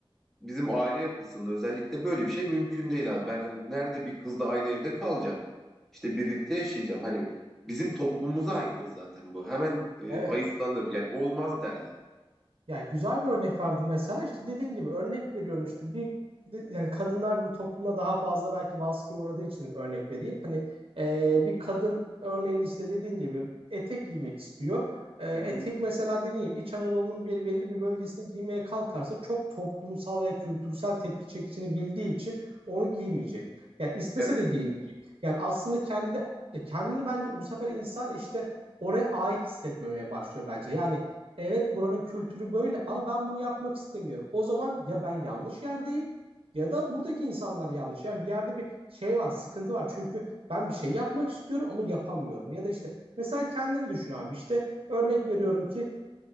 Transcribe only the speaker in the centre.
bizim aile yapısında özellikle böyle bir şey mümkün değil abi. Ben hani nerede bir kızla aynı evde kalacağım? İşte birlikte yaşayacağım. Hani bizim toplumumuza aykırı zaten bu. Hemen e,
ayıplanır. Yani olmaz derler.
Hı
hı.
Evet,